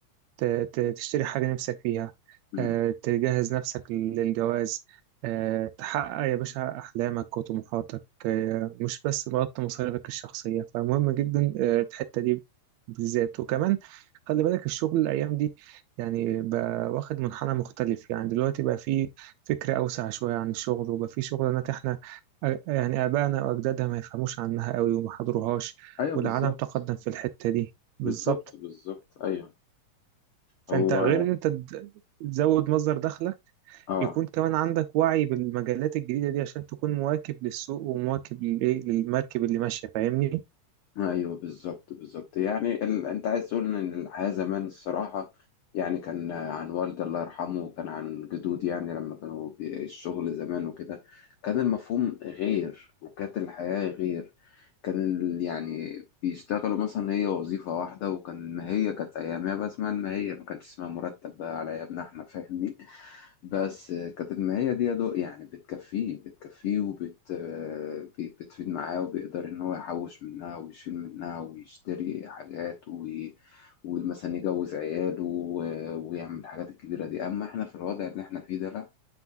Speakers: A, on the right (about 75°); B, on the left (about 65°).
A: ت- ت- تشتري حاجة نفسك فيها
B: امم
A: آه، تجهز نفسك للجواز آه، تحقق يا باشا أحلامك وطموحاتك آه، مش بس تغطي مصاريفك الشخصية فمهم جدا آه، الحتة دي بالذات وكمان خلي بالك الشغل الأيام دي يعني بقى واخد منحنى مختلف يعني دلوقتي بقى فيه فكرة أوسع شوية عن الشغل وبقى فيه شغلانات إحنا آه، يعني آبائنا وأجدادنا ما يفهموش عنها قوي وما حضروهاش
B: ايوه
A: والعالم
B: بالظبط
A: تقدم في الحتة دي بالظبط
B: بالظبط بالظبط ايوه
A: فانت
B: هو
A: غير ان انت تد- تزود مصدر دخلك
B: اه
A: يكون كمان عندك وعي بالمجالات الجديدة دي عشان تكون مواكب للسوق ومواكب للايه للمركب اللي ماشية فاهمني
B: ايوه بالظبط بالظبط يعني ال... انت عايز تقول ان الحياه زمان الصراحه يعني كان عن والدي الله يرحمه وكان عن جدودي يعني لما كانوا بي... الشغل زمان وكده كان المفهوم غير وكانت الحياه غير كان ال- يعني بيشتغلوا مثلا هي وظيفة واحدة وكان المهية كانت أيامها بقى اسمها المهية ما كانتش اسمها مرتب بقى على أيامنا إحنا فاهمني بس آه، كانت المهية دي يا دوق يعني بتكفيه بتكفيه وبت آه، بي- بتفيد معاه وبيقدر إن هو يحوش منها ويشيل منها ويشتري حاجات وي... ومثلا يجوز عياله و- ويعمل الحاجات الكبيرة دي أما إحنا في الوضع اللي إحنا فيه ده لأ